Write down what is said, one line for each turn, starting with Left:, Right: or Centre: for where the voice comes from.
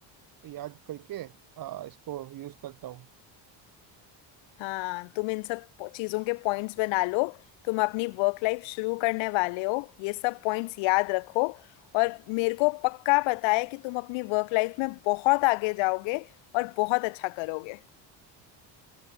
Right: याद करके आ, इसको यूज़ करता हूँ
Left: हाँ तुम इन सब पो- चीजों के पॉइंट्स बना लो तुम अपनी वर्क लाइफ शुरू करने वाले हो ये सब पॉइंट्स याद रखो और मेरे को पक्का पता है कि तुम अपनी वर्क लाइफ में बहुत आगे जाओगे और बहुत अच्छा करोगे